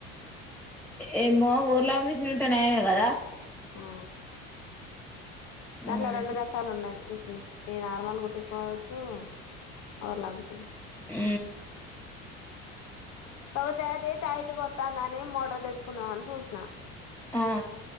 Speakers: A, in the centre; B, on the left.
A: ఏమో ఊర్లాక్ మిషన్ ఉంటే నయమే కదా
B: ఆ దాంట్లో
A: ఉమ్
B: రెండు రకాలు ఉన్నది మిషన్ ఈ నార్మల్ కుట్టేసుకోవచ్చు ఓర్లాక్ కుట్టిచ్చుకో
A: ఊ
B: కాతేద టైట్గా వత్తాందని మోటర్ తెచ్చుకుందామని సూసిన
A: ఆ